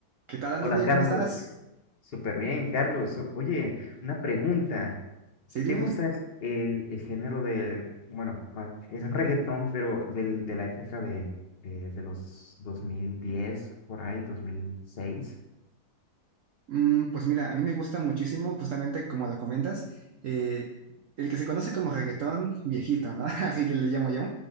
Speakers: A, on the right (about 70°); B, on the left (about 40°).
A: ¿Qué tal, Anthony?
B: Hola Carlos,
A: ¿Cómo estás?
B: súper bien Carlos. O- Oye, una pregunta,
A: Sí,
B: ¿qué te
A: dime.
B: gusta el, el- el género del, bueno, ma- es reggaetón, pero del, de la época de, de, de los 2010 por ahí, dos mil seis?
A: Mm, pues mira, a mí me gusta muchísimo, justamente como lo comentas, eh, el que se conoce como reggaetón viejito, ¿no? <laughs> Así le llamo yo,